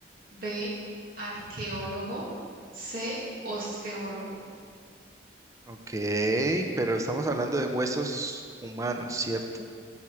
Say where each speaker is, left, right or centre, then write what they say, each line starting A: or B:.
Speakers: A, on the right; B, on the right.
A: B, arqueólogo, C, osteólogo.
B: Ok, pero estamos hablando de huesos humanos, ¿cierto?